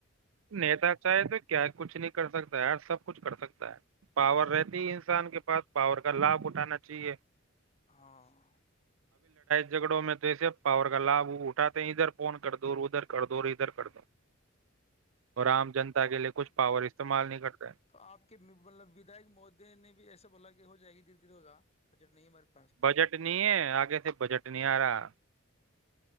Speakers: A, on the right (about 75°); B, on the left (about 30°).
A: نیتا چاہے تو کیا کچھ نہیں کر سکتا یار سب کچھ کر سکتا پاور رہتی ہے انسان کے پاس پاور کا لابھ اٹھانا چاہیے
B: ہاں
A: جھڑوں میں تو ایسے پاور کا لابھ اٹاتے ہیں ادھر فون کر دور ادھر کر دور ادھر کر دو اور عام جنتا کے
B: ہاں
A: لیے کچھ پاور استعمال نہیں کرتا
B: تو
A: ہے
B: تو آپ کے مطلب وداک مہودے نے بھی ایسے بولا کہ ہو جائے گی دھیر دھیر ہوگا پر جٹ نہیں مر پ
A: بجٹ نہیں ہے آگے سے بجٹ نہیں آ رہا